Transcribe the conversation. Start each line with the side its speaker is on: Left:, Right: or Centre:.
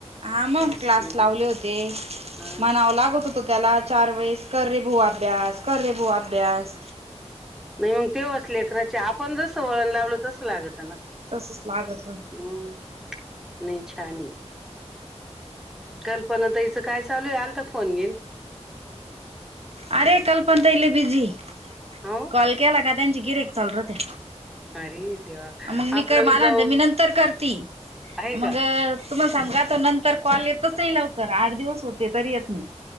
Right: हा मंग क्लास
Centre: म्हणजे
Right: लावले होते,
Centre: हा
Right: म्हणावं लागत होत त्याला चार वेळेस कर रे भुवा अभ्यास, कर रे भुवा अभ्यास
Centre: हम्म तेंव्हाच लकराचे आपण जसं वळण लावलं तसं लागत ना.
Right: तसंच लागत.
Centre: हम्म नाही छान हे. कल्पना ताईच काय चालू ये आलता फोन बिन?
Right: अरे कल्पंना ताई लय बिझी
Centre: हो
Right: कॉल केला का त्यांची गिरेक चालू रहात्यात.
Centre: अरे देवा
Right: मंग
Centre: आपलं
Right: मला
Centre: बी जाऊ
Right: मी नंतर करती
Centre: आहे
Right: मंग
Centre: का
Right: तुम्हाला सांगू का तो नंतर कॉल येतच नाही लवकर आठ दिवस होते तरी येत नाही.